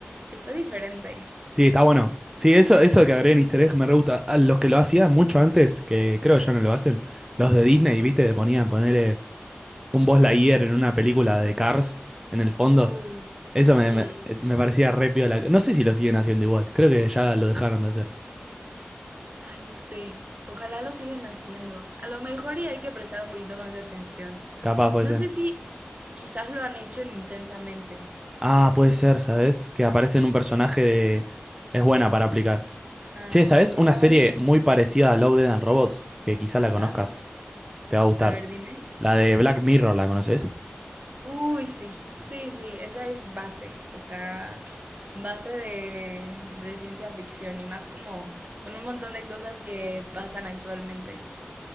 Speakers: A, on the right; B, on the right.
A: está diferente.
B: Sí, está bueno. Sí, eso, eso de que agreguen easter egg me re gusta. A los que lo hacían mucho antes, que creo que ya no lo hacen, los de Disney, ¿viste? Que ponían ponerle un Buzz Lightyear en una película de Cars en el fondo.
A: Uh,
B: Eso
A: sí.
B: me, me, eh, me parecía re piola. No sé si lo siguen haciendo igual. Creo que ya lo dejaron de hacer.
A: Ay, no sé. Ojalá lo sigan haciendo. A lo mejor y hay que prestar un poquito más de atención.
B: Capaz puede
A: No
B: ser.
A: sé si quizás lo han hecho en intensamente.
B: Ah, puede ser, ¿sabes? Que aparece en un personaje de... Es buena para aplicar.
A: Ajá,
B: Che, ¿sabes?
A: probablemente
B: Una serie muy parecida
A: sí.
B: a Love, Dead and Robots, que quizá la conozcas.
A: Ah,
B: Te va a gustar.
A: a ver, dime.
B: La de Black Mirror, ¿la conoces?
A: Uy, sí, sí, sí, esa es base, o sea, base de, de ciencia ficción y más como con un montón de cosas que pasan actualmente.